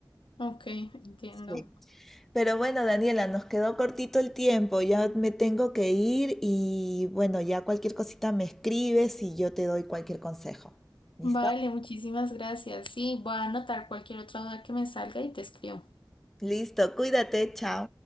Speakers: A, on the left (about 80°); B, in the centre.
A: ok, entiendo.
B: Sí. Pero bueno, Daniela, nos quedó cortito el tiempo, ya me tengo que ir y bueno, ya cualquier cosita me escribes y yo te doy cualquier consejo. ¿Listo?
A: Vale, muchísimas gracias. Sí, voy a anotar cualquier otra duda que me salga y te escribo.
B: Listo, cuídate, chao.